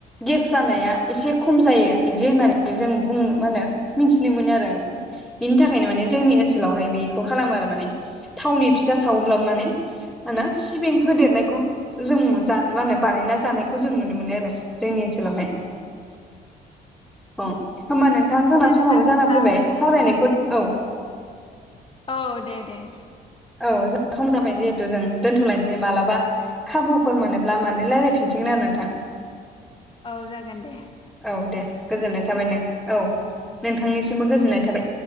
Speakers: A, in the centre; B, on the left.
A: गेस जानाया एसे खम जायो इदि होननानै जों बुं मा होनो मिथिनो मोनो आरो बेनि थाखायनो माने
B: औ
A: जोंनि ओनसोलावहाय बे खालामो आरो माने थावनि फिथा सावोब्ला माने होनो सिबिं होदेरनायखौ जों मा होनो बानायना जानायखौ जों नुनो मोनो आरो जोंनि ओनसोलावहाय अ होमबा नोंथां जोंना
B: आरो
A: समाबो
B: आरो नोंथां
A: जाना फैबाय सावरायनायखौ औ
B: औ दे दे दे
A: औ सम जाबाय जे जिहेथु जों दोन्थ'लायनोसै मालाबा खाबुफोर मोनोब्ला माने रायज्लायफिनसिगोन आरो नोंथां
B: औ जागोन दे
A: औ दे गोजोननाय थाबाय नों औ नोंथांनिसिमबो गोजोननाय थाबाय।